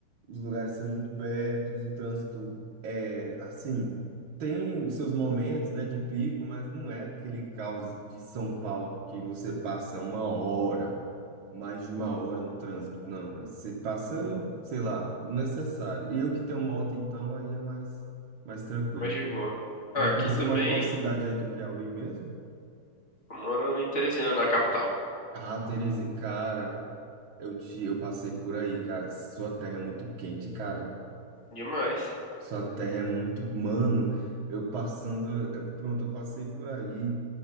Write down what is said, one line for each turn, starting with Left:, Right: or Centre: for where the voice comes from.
Right: os lugares são muito perto, o trânsito é assim, tem os seus momentos, né, de pico, mas não é aquele caos de São Paulo que você passa uma hora, mais de uma hora no trânsito, não. É, Você passa, sei lá, o necessário. E eu que tenho moto, então, aí é mais, mais tranquilo.
Left: é mais de boa. Ah,
Right: Você
Left: Aqui também,
Right: mora em qual cidade aí do Piauí mesmo?
Left: eu moro em Teresina, na capital.
Right: Ah, Terezinha, cara, eu te, eu passei por aí, cara. Sua terra é muito quente, cara.
Left: Demais.
Right: Sua terra é muito. Mano, eu passando. eh, Pronto, eu passei por aí.